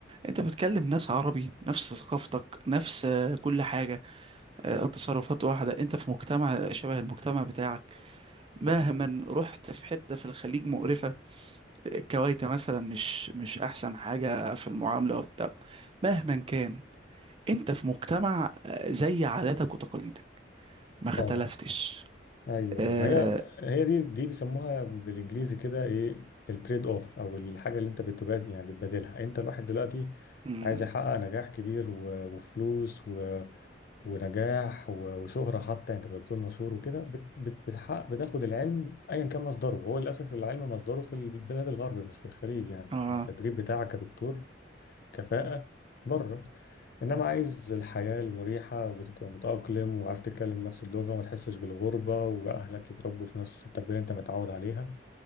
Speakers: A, on the right; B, on the left.
A: انت بتكلم ناس عربي نفس ثقافتك نفس آه، كل حاجة آه، التصرفات واحدة انت في مجتمع شبه المجتمع بتاعك مهما رحت في حتة في الخليج مقرفة كويتا مثلا مش مش احسن حاجة في المعاملة وبتاع مهما كان انت في مجتمع آه، زي عاداتك وتقاليدك ما اختلفتش
B: طبعا ايوه
A: اه,
B: ايوه ما هي هي دي دي بيسموها بالانجليزي كده ايه التريد اوف او الحاجه اللي انت بتبادل يعني بتبادلها انت الواحد دلوقتي
A: مم،
B: عايز يحقق نجاح كبير و- وفلوس و... ونجاح و... وشهره حتى يعني انت دكتور مشهور وكده بت... بت... بتحقق بتاخد العلم ايا كان مصدره وهو للاسف العلم مصدره في البلاد الغرب مش في الخليج يعني
A: آه.
B: يعني التدريب بتاعك كدكتور كفاءة بره انما عايز الحياة المريحة وتبقى متأقلم وعارف تتكلم نفس اللغة وما تحسش بالغربة واهلك يتربوا في نفس التربية اللي انت متعود عليها